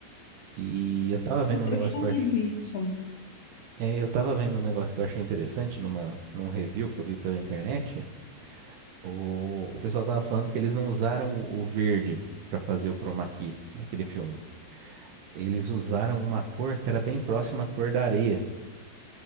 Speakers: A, on the right (about 70°); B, on the left (about 55°).
A: E eu tava vendo um negócio
B: Eu tinha
A: que
B: lido
A: eu achei,
B: isso.
A: eu tava vendo um negócio que eu achei interessante numa, num review que eu vi pela internet. O, o pessoal tava falando que eles não usaram o, o verde pra fazer o chroma key naquele filme. Eles usaram uma cor que era bem próxima à cor da areia,